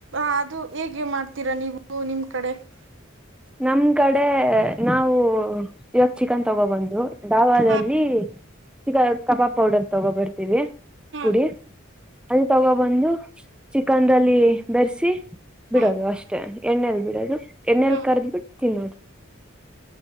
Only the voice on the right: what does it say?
ಅದು ಹೇಗೆ ಮಾಡ್ತೀರಾ ನೀವು ನಿಮ್ಮ ಕಡೆ <unintelligible>
ಹ
ಹಾ
ಹಾ
ಹಾ ಹಾ